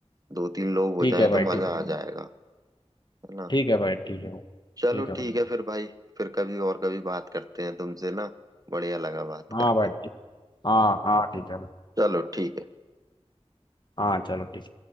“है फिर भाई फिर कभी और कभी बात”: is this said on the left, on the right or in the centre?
Right